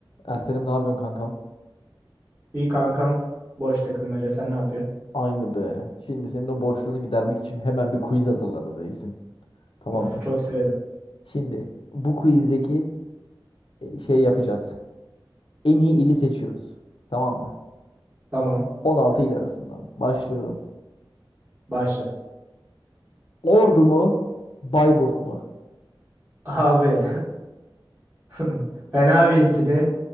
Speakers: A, on the left; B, on the right.
A: Ersen'im ne yapıyorsun kankam?
B: İyi kankam. Boş takılmaca. Sen ne yapıyorsun?
A: Aynı be. Şimdi senin o boşluğunu gidermek için hemen bir quiz hazırladım reisim. Tamam
B: Uf
A: mı?
B: çok severim.
A: Şimdi bu quizdeki e, şey yapacağız. En iyi ili seçiyoruz. Tamam mı?
B: Tamam.
A: 16 il arasından. Başlıyorum.
B: Başla.
A: Ordu mu? Bayburt mu?
B: Abi. <laughs> Fena bir ikili.